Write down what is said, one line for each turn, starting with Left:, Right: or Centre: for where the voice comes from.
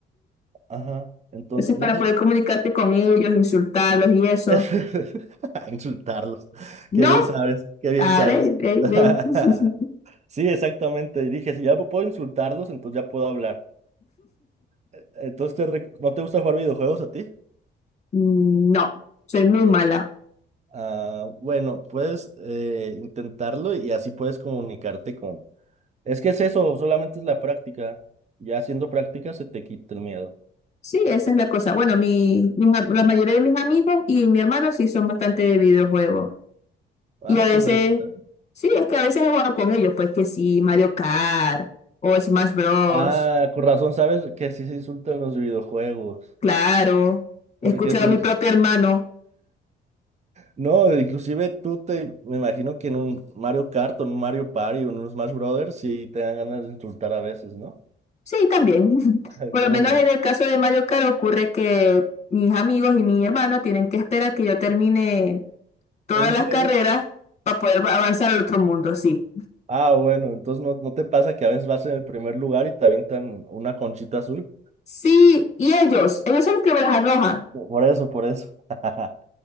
Right: Ajá. Entonces,
Left: Entonces, para
Right: no sé.
Left: poder comunicarte con ellos, insultarlos y eso.
Right: <laughs> A Insultarlos.
Left: No,
Right: Qué bien sabes, qué bien
Left: a
Right: sabes.
Left: ver, ve,
Right: <laughs>
Left: ve. <laughs>
Right: Sí, exactamente. Y dije, si ya puedo insultarlos, entonces ya puedo hablar. Eh, Entonces, ¿te rec- ¿no te gusta jugar videojuegos a ti?
Left: no, soy muy
Right: Sí.
Left: mala.
Right: Ah, bueno, puedes eh, intentarlo y así puedes comunicarte con... Es que es eso, solamente es la práctica. Ya haciendo práctica se te quita el miedo.
Left: Sí, esa es la cosa. Bueno, mi, mis am- la mayoría de mis amigos y mi hermano sí son bastante de videojuegos.
Right: Ah,
Left: Y a veces,
Right: pues ahí está.
Left: sí, es que a veces he jugado con ellos, pues que sí, Mario Kart o Smash Bros.
Right: Ah, con razón sabes que así se insultan los videojuegos,
Left: Claro, he
Right: porque
Left: escuchado
Right: eso
Left: a mi propio hermano
Right: No, inclusive tú te, me imagino que en un Mario Kart, o en un Mario Party, o en un Smash Brothers, sí te dan ganas de insultar a veces, ¿no?
Left: Sí, también. <laughs>
Right: <laughs>
Left: Por
Right: ¿Cómo
Left: lo menos
Right: no?
Left: en el caso de Mario Kart ocurre que mis amigos y mi hermano tienen que esperar que yo termine todas
Right: ¿En
Left: las
Right: serio?
Left: carreras para poder va- avanzar al otro mundo, sí.
Right: Ah, bueno, entonces no, no te pasa que a veces vas en el primer lugar y te avientan una conchita azul.
Left: Sí, y ellos, ellos son los que me las arrojan.
Right: Por eso, por eso. <laughs>